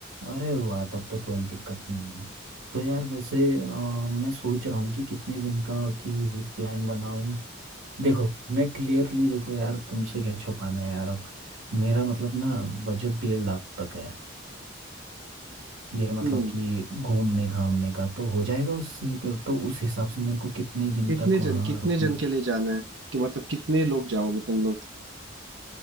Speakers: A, on the right; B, on the right.
A: अरे वाह तब तो कोई दिक्कत नहीं है तो यार वैसे अ, मैं सोच रहा हूँ कि कितने दिन का की विजिट प्लान बनाऊँ देखो मैं क्लियरली देखो यार तुमसे क्या छुपाना है यार अब मेरा मतलब ना बजट डेढ़ लाख तक है ये मतलब
B: हम्म
A: कि घूमने घामने का तो हो जाएगा उससे कि- तो उस हिसाब से मेरे को कितने दिन
B: कितने
A: तक वहाँ
B: जन कितने
A: रुकना
B: जन के लिए जाना है कि मतलब कितने लोग जाओगे तुम लोग